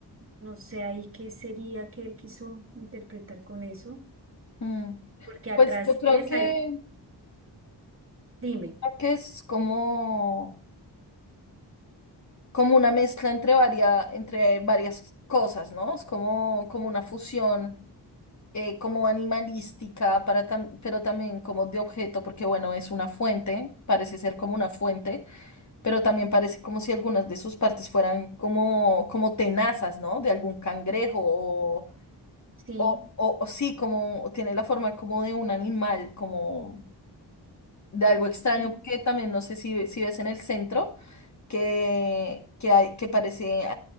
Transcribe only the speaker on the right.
No sé ahí qué sería que él quiso interpretar con eso.
Porque atrás,
si
ves
ahí, dime,
sí.
Sí,